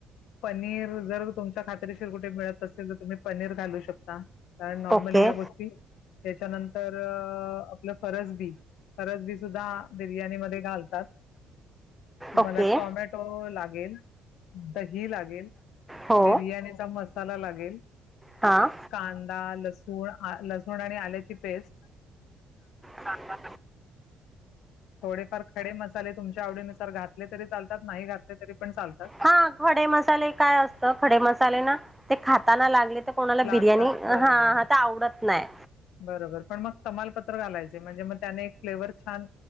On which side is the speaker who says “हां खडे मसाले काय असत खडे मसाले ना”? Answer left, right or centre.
Centre